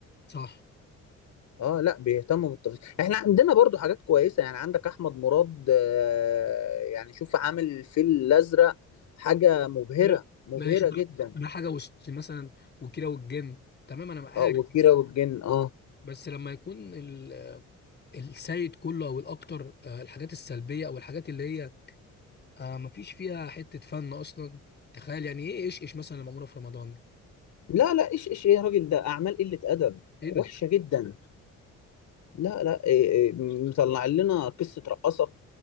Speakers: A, on the left; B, on the left.
A: صح
B: اه لا بيهتموا بالتفاصيل احنا عندنا برضو حاجات كويسه يعني عندك احمد مراد آه، يعني شوف عامل الفيل الازرق حاجه مبهره
A: حلو.
B: مبهره
A: ماشي
B: جدا
A: ده حاجة وسط مثلا وكيرة والجن تمام انا معاك
B: اه وكيرة
A: بس
B: والجن اه
A: بس لما يكون ال- السيد كله او الاكتر آه الحاجات السلبية او الحاجات اللي هي آه مفيش فيها حتة فن اصلا تخيل يعني ايه ايش ايش مثلا اللي معمولة في رمضان دي
B: لا لا ايش ايش ايه يا راجل ده اعمال قله ادب
A: ايه
B: وحشه
A: ده
B: جدا لا لا إيه إيه مطلع لنا قصه رقاصه